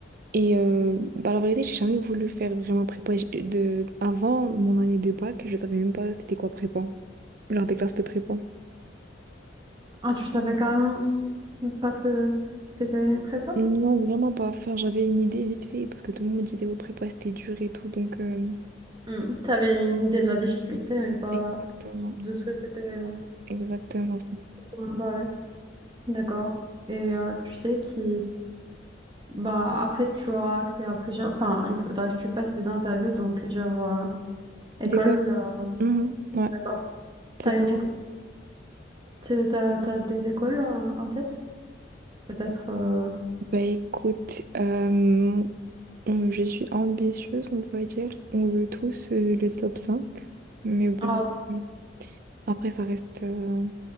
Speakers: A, on the right; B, on the right.
A: Et euh, bah, la vérité, j'ai jamais voulu faire vraiment prépa. J'ai- De... Avant mon année de bac, je savais même pas c'était quoi prépa. Genre des classes de prépa.
B: Ah, tu savais carrément ce- parce que c- ce qu'était une prépa?
A: Non, vraiment pas. Enfin, j'avais une idée vite fait parce que tout le monde disait ouais, prépa, c'était dur et tout. Donc, euh,
B: Hmm, T'avais une idée de la difficulté, mais pas
A: exactement,
B: de ce que c'était euh,
A: exactement.
B: pour en parler. D'accord. Et euh, tu sais qui bah après tu auras accès à plusieurs. Enfin, il faudra que tu passes des interviews dans plusieurs euh, écoles.
A: C'est quoi?
B: euh,
A: Mhm, Ouais,
B: D'accord.
A: c'est
B: T'as
A: ça.
B: une école. T'as, t'as- t'as des écoles en, en tête? Peut-être. euh,
A: Bah écoute, euh, on- je suis ambitieuse, on pourrait dire. On veut tous euh, le top cinq Mais bon,
B: Ah
A: euh, après, ça reste... euh,